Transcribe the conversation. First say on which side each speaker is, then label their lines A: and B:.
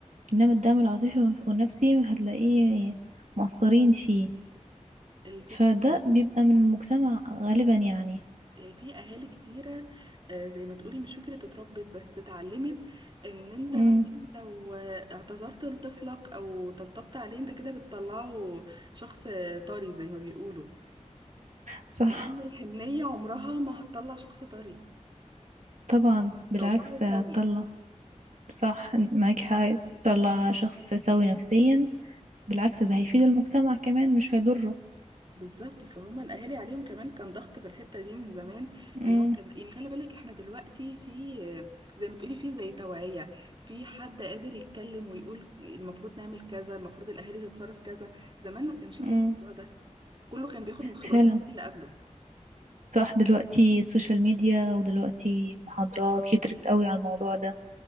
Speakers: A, on the right; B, on the right.
A: انما الدعم العاطفي والنفسي هتلاقيه مقصرين فيه
B: الفكره
A: فده بيبقى من المجتمع غالبا يعني
B: آه، في اهالي كتيره آه، زي ما تقولي مش فكره اتربت بس اتعلمت ان انت
A: امم
B: مثلا لو آه، اعتذرت لطفلك او طبطبت عليه انت كده بتطلعه شخص آه، طري زي ما بيقولوا
A: صح
B: مع ان الحنيه عمرها ما هتطلع شخص طري
A: طبعا بالعكس
B: طلعه
A: هتطلع
B: سوي
A: صح معاكي حق تطلع شخص سوي نفسيا بالعكس ده هيفيد المجتمع كمان مش هيضره
B: بالظبط فهم الاهالي عليهم كمان كان ضغط في الحته دي من زمان
A: امم
B: ان هو كان يعني خلي بالك احنا دلوقتي في زي ما تقولي في زي توعيه في حد قادر يتكلم ويقول المفروض نعمل كذا المفروض الاهالي تتصرف كذا زمان ما كانش فيه
A: امم
B: الموضوع ده كله كان بياخد من خبرات
A: فعلا
B: الجيل اللي قبله
A: صح دلوقتي السوشيال ميديا ودلوقتي محاضرات كترت قوي على الموضوع ده